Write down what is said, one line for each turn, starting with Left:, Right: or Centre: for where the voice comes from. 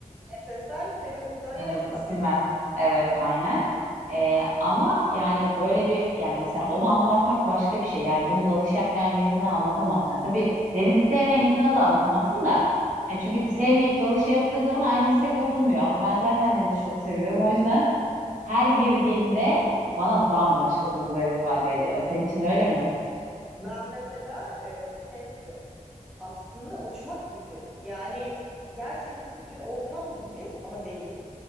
Centre: SSI seni muhtemelen
Right: Benim
Centre: Simas.
Right: Siemens. Evet aynen. Ee, ama yani böyle bir yani mesela onu anlatmak başka bir şey. Yani bunu dalış yapmayan bir insana anlatamazsın. Yani tabii denizi sevmeyen insana da anlatamazsın da. Yani çünkü sevmeyip dalış yaptığı zaman aynı hisse kapılmıyor. Ama ben zaten denizi çok seviyorum. O yüzden her girdiğimde bana bambaşka duygular ifade ediyor. Senin için de öyle mi?
Centre: Ben mesela e, şey gibi aslında uçmak gibi yani yer çekimsiz bir ortam gibi ama değil.